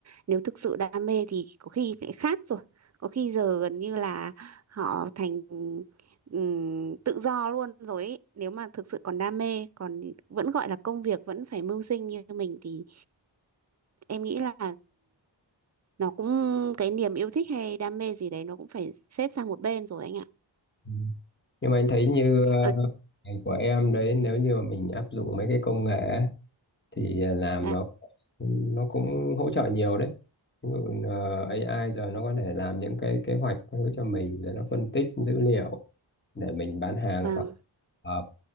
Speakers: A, on the right (about 35°); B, on the left (about 25°).
A: nếu thực sự đam mê thì có khi lại khác rồi có khi giờ gần như là họ thành ừm, tự do luôn rồi ấy. nếu mà thực sự còn đam mê còn vẫn gọi là công việc vẫn phải mưu sinh như mình thì em nghĩ là nó cũng cái niềm yêu thích hay đam mê gì đấy nó cũng phải xếp sang một bên rồi anh ạ
B: Ừ. nhưng mà anh thấy như ờ,
A: ờ
B: ngành của em đấy nếu như mà mình áp dụng mấy cái công nghệ ấy, thì à, làm
A: dạ,
B: nó nó cũng hỗ trợ nhiều đấy Ví dụ, ờ, AI giờ nó có thể làm những cái kế hoạch các thứ cho mình rồi nó phân tích dữ liệu để mình bán hàng
A: vâng
B: sau hợp